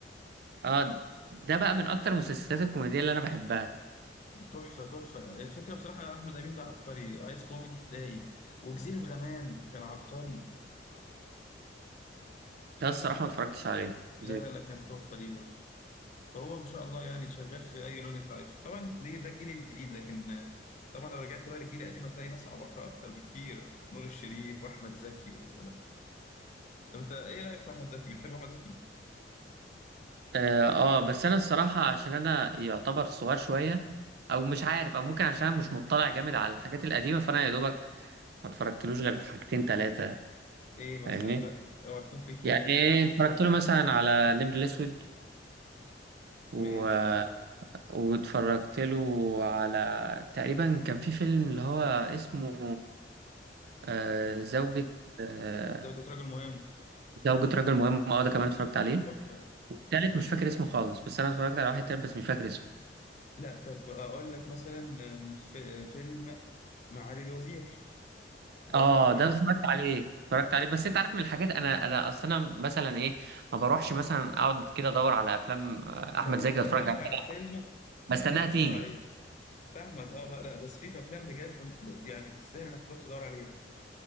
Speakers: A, on the right; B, on the left.
A: اه ده بقى من اكتر المسلسلات الكوميدية اللي انا بحبها
B: تحفة تحفة الفكرة بصراحة أحمد أمين ده عبقري عايز كوميدي تلاقي وجزيرة غمام كان عبقري مش
A: ده
B: عارف
A: الصراحة
B: شفت
A: ما اتفرجتش عليه
B: لا
A: زي-
B: لا لا كان تحفة ليه برضه فهو ما شاء الله يعني شغال في أي لون أنت عايزه طبعا دي ده الجيل الجديد لكن آه، طبعا لو رجعت بقى للجيل القديم هتلاقي ناس عباقرة أكتر بكتير نور الشريف وأحمد زكي و... طب أنت إيه رأيك في أحمد زكي بتحب أحمد زكي؟
A: اه آه، بس انا الصراحة عشان انا يعتبر صغير شوية او مش عارف او ممكن عشان أنا مش مطلع جامد على الحاجات القديمة فانا يا دوبك ما اتفرجتلوش غير حاجتين تلاتة
B: إيه مثلا
A: فاهمني
B: لا اوعى يكون في في
A: يعني
B: حاجات
A: إيه، اتفرجت له مثلا على نمر الاسود و...
B: ماشي
A: واتفرجت له على تقريبا كان في فيلم اللي هو اسمه آه... زوجة آه...
B: زوجة رجل مهم
A: زوجة رجل مهم اه ده كمان اتفرجت عليه
B: تحفة
A: والتالت مش فاكر اسمه خالص بس انا اتفرجت على واحد تالت بس مش فاكر اسمه
B: لا طب أقول لك مثلا آه، مس- آه، فيلم معالي الوزير ده
A: اه
B: فيلم
A: ده
B: ع-
A: اتفرجت عليه اتفرجت عليه بس انت عارف من الحاجات انا انا اصل انا مثلا ايه ما بروحش مثلا اقعد كده ادور على افلام آه، احمد
B: لا لا
A: زكي
B: لا طب
A: اتفرج
B: أقول لك
A: عليها
B: على فيلم
A: بستناها
B: تروح تدور
A: تيجي
B: عليه فاهمك اه بقى لا بس في أفلام بجد م- يعني تستاهل إنك تروح تدور عليها